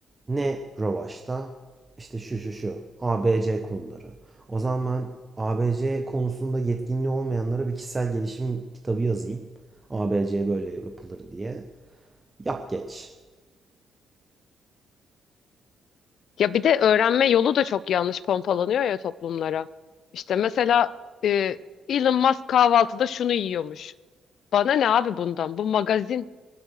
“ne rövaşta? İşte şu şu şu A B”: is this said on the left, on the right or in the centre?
Right